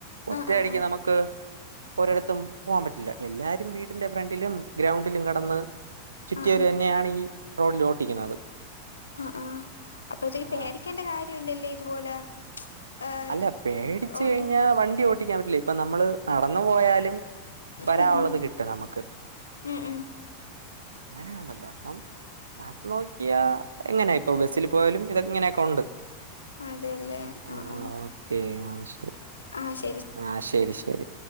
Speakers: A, on the right (about 75°); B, on the left (about 75°).
A: ഒറ്റയടിക്ക്
B: ആ ആ ആ ആ
A: നമുക്ക് ഒരിടത്തും പോകാൻ പറ്റില്ല എല്ലാരും വീട്ടിന്റെ ഫ്രണ്ടിലും ഗ്രൗണ്ടിലും കിടന്ന് ചുറ്റിയരു
B: ആ
A: തന്നെയാണ് ഈ റോഡിൽ ഓട്ടിക്കുന്നത്
B: ആഹ് ആഹ്അപ്പഴത്തേക്ക്
A: ആ
B: പേടിക്കേണ്ട കാര്യംല്ലല്ലേ ഇതുപോലെ ഏ,
A: അല്ല പേടിച്ച്
B: റോഡിൽ
A: കഴിഞ്ഞാ വണ്ടി ഓട്ടിക്കാൻ പറ്റില്ല ഇപ്പൊ നമ്മള് നടന്നു പോയാലും വരാനുള്ളത്
B: ഉം ഉം
A: കിട്ടും നമുക്ക്
B: ഉം ഉം
A: അങ്ങനെയുണ്ടല്ലേ അപ്പം അത് നോക്കിയ എങ്ങനെയാ ഇപ്പൊ ബസ്സിൽ പോയാലും ഇതെങ്ങനെയൊക്കെ ഉണ്ട്
B: അതെല്ലേ
A: ആ
B: ആഹ് ആഹ്
A: ഓക്കെ ആ ശെ
B: ആഹ് ശെ
A: ആഹ് ശരി ശരി